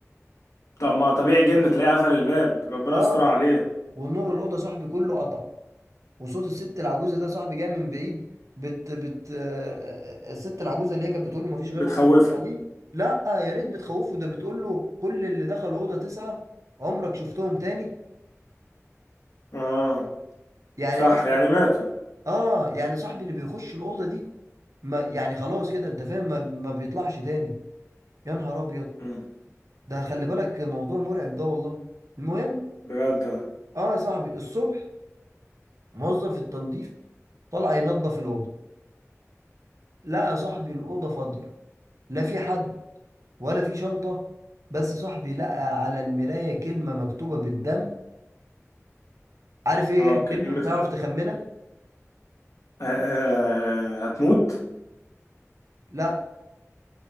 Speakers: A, on the left; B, on the right.
A: طب ما طبيعي جن تلاقيه قفل الباب ربنا
B: اه
A: يستر عليه
B: والنور الأوضة صاحبي كله قطع وصوت الست العجوزة ده صاحبي جاي من بعيد بت بت آه، الست العجوزة اللي هي كانت بتقول له مفيش غير
A: بتخوفه
B: أوضة تسعة دي لا يا ريت بتخوفه ده بتقول له كل اللي دخلوا أوضة تسعة عمرك شفتهم تاني
A: اه
B: يعني
A: صح
B: أصلا
A: يعني ماتوا
B: اه يعني صاحبي اللي بيخش الأوضة دي ما يعني خلاص كده انت فاهم ما, ما بيطلعش تاني يا نهار أبيض
A: أمم.
B: ده خلي بالك موضوع مرعب ده والله المهم
A: بجد
B: اه يا صاحبي الصبح موظف التنظيف طلع ينظف الأوضة لقى صاحبي الأوضة فاضية لا في حد ولا في شنطة بس صاحبي لقى على المراية كلمة مكتوبة بالدم عارف ايه
A: اه
B: هي الكلمة
A: كلمتها
B: تعرف تخمنها
A: آه آه، هتموت
B: لا